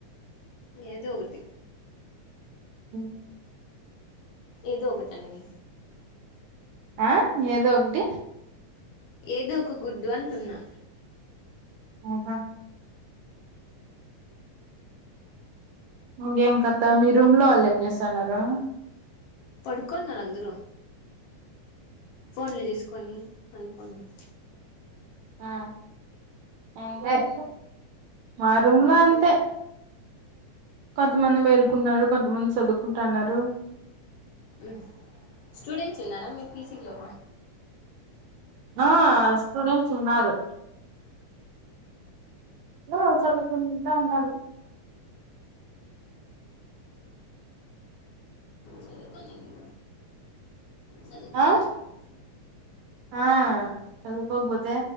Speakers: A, on the left; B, on the right.
A: ఏదో ఒకటి
B: ఉమ్
A: ఏదో ఒకటి అండి
B: ఆ ఏదో ఒకటి
A: ఏదో ఒక గుడ్డు అంటున్నా
B: ఆ హా ఇకేం కథా మీ రూమ్ లో వాళ్ ఏం చేసన్నారు
A: పడుకున్నారు అందరూ ఫోన్లు జూ సుకొని పడుకున్నర్
B: ఆ ఏం చే మా రూమ్ల అంతే
A: ఆ?
B: కొంతమంది మేలుకున్నారు కొంతమంది చదువుకుంటన్నారు
A: ఉ స్టూడెంట్ తిన్నార మీ పిసీ లో
B: ఆ స్టూడెంట్స్ ఉన్నారు. లో చదువుకుంట ఉన్నారు.
A: చదువుకోని చదువుకోవాలి
B: ఆ
A: కదా
B: హా చదువుకోకపోతే